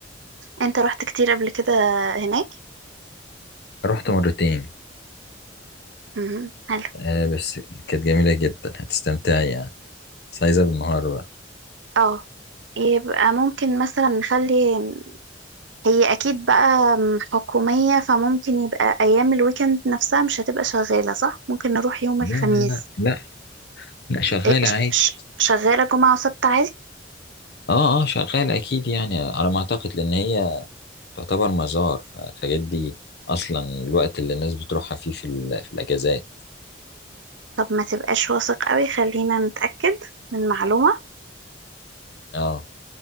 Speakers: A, on the right (about 80°); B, on the left (about 60°).
A: أنت رحت كتير قبل كده هناك
B: رحت مرتين
A: مهم. حلو
B: آه بس كانت جميلة جدا هتستمتعي يعني بس عايزة بالنهار بقى
A: اه يبقى ممكن مثلا نخلي هي اكيد بقى م- حكومية فممكن يبقى ايام الويكند نفسها مش هتبقى شغالة صح ممكن نروح يوم
B: لا
A: الخميس
B: لا لا لا لا شغال
A: إيه، ش-
B: عادي
A: ش- شغالة جمعة وسبت عادي
B: اه اه شغال اكيد يعني على ما اعتقد لان هي تعتبر مزار فالحاجات دي اصلا الوقت اللي الناس بتروحها فيه في ال- في الاجازات
A: طب ما تبقاش واثق قوي خلينا نتأكد من معلومة
B: اه